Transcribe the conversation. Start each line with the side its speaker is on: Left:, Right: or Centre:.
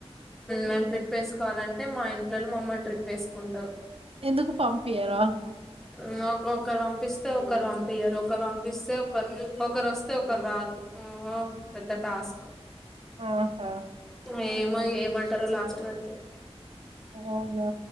Centre: మేము ట్రిప్ వేసుకోవాలంటే మా ఇంట్లో వాళ్ళు మమ్మల్ని ట్రిప్ వేసుకుంటారు.
Right: ఎందుకు పంపియరా
Centre: ఇంకొకరు పంపిస్తే ఒకరు పంపియ్యరు ఒకరు పంపిస్తే ఒకరు ఒకరు వస్తే ఒకరు రారు. పెద్ద టాస్క్
Right: ఆహా
Centre: ఏ ఏమంటారో లాస్ట్ వరకి
Right: అవునా